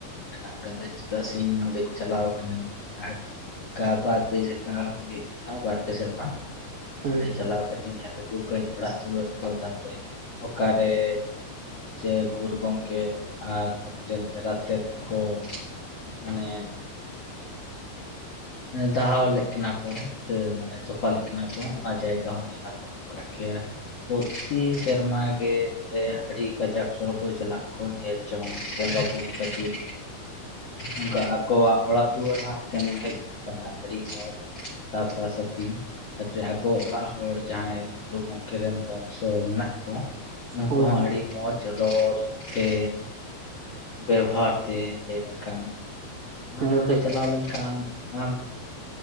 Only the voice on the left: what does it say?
ᱢᱮᱱᱟᱜ ᱟᱠᱟᱫᱟ, ᱪᱮᱫᱟᱜ ᱥᱮ ᱤᱧ ᱱᱚᱸᱰᱮᱧ ᱪᱟᱞᱟᱣ ᱟᱠᱟᱱᱟᱹᱧ᱾ ᱟᱨ ᱠᱟ ᱵᱟᱨ ᱯᱮ ᱡᱮᱠᱟ ᱦᱩᱭᱩᱜ ᱠᱟᱱᱟ ᱵᱟᱨ ᱯᱮ ᱥᱮᱨᱢᱟ ᱤᱧ
ᱚᱰᱮ
ᱪᱟᱞᱟᱣ ᱠᱟᱛᱮ ᱤᱧ ᱧᱮᱞ ᱟᱹᱜᱩ ᱠᱟᱹᱡ ᱚᱲᱟᱜ ᱫᱩᱣᱟᱹᱨ ᱠᱚ ᱛᱟᱥᱮ ᱚᱠᱟᱨᱮ ᱡᱮ ᱜᱩᱨᱩ ᱜᱚᱝᱠᱮ ᱟᱨ ᱟᱡᱨᱤᱱ ᱮᱨᱟᱛᱮᱫ ᱠᱚ ᱢᱟᱱᱮ ᱫᱟᱦᱟᱣ ᱞᱮᱫ ᱠᱤᱱᱟ ᱠᱚ ᱥᱮ ᱢᱟᱱᱮ ᱛᱚᱯᱟ ᱞᱮᱫ ᱠᱤᱱᱟ ᱚᱱ ᱠᱚ ᱚᱱᱟ ᱡᱟᱭᱜᱟ ᱦᱚᱸ ᱧᱮᱞ ᱟᱹᱜᱩ <unintelligible> ᱠᱟᱜ ᱜᱮᱭᱟ ᱯᱩᱨᱛᱤ ᱥᱮᱨᱢᱟ ᱜᱮ ᱚᱸᱰᱮ ᱟᱹᱰᱤ ᱠᱟᱡᱟᱠ ᱦᱚᱲ ᱠᱚ ᱪᱟᱞᱟᱜ ᱟᱠᱚ ᱧᱮᱞ ᱪᱚᱝ ᱵᱚᱸᱜᱟ ᱵᱩᱨᱩ ᱠᱷᱟᱹᱛᱤᱨ ᱚᱝᱠᱟ ᱟᱠᱚᱣᱟᱜ ᱚᱲᱟᱜ ᱫᱩᱣᱟᱹᱨ ᱦᱚᱸ ᱥᱮᱱ ᱦᱮᱡᱽ ᱟᱠᱟᱱᱟ ᱟᱹᱰᱤ ᱢᱚᱸᱡᱽ, ᱥᱟᱯᱟ ᱥᱟᱹᱯᱷᱤ ᱛᱟᱯᱚᱨᱮ ᱟᱠᱚ ᱚᱲᱟᱜ ᱦᱚᱲ ᱡᱟᱦᱟᱸᱭ ᱜᱩᱨᱩ ᱜᱚᱝᱠᱮ ᱨᱮᱱ ᱵᱚᱝᱥᱚ ᱢᱮᱱᱟᱜ ᱠᱚᱣᱟ ᱩᱝᱠᱩ
ᱦᱚᱸ ᱟᱹᱰᱤ ᱢᱚᱡᱽ ᱨᱚᱲ ᱛᱮ ᱵᱮᱵᱚᱦᱟᱨ ᱛᱮ ᱞᱟᱹᱭ ᱞᱮᱱᱠᱷᱟᱱ ᱢᱟᱱᱮ
ᱚᱸᱰᱮ
ᱪᱟᱞᱟᱣ ᱞᱮᱱᱠᱷᱟᱱ ᱟᱢ